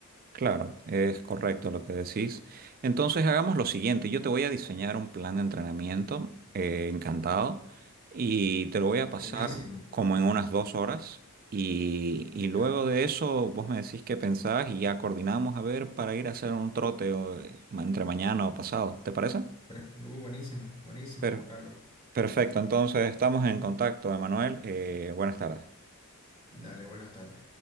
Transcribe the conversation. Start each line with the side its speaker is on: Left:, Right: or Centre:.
Right: Claro, es correcto lo que decís. Entonces hagamos lo siguiente, yo te voy a diseñar un plan de entrenamiento, eh, encantado, y te lo voy a pasar
Left: Buenísimo,
Right: como en unas dos horas y, y luego
Left: ya.
Right: de eso vos me decís qué pensás y ya coordinamos a ver para ir a hacer un trote o, eh, ma- entre mañana o pasado, ¿te parece?
Left: Pero, uh, buenísimo, buenísimo,
Right: Per-
Left: Juan Carlos.
Right: perfecto, entonces estamos en contacto, Emanuel, eh, buenas tardes.
Left: Dale, buenas tardes.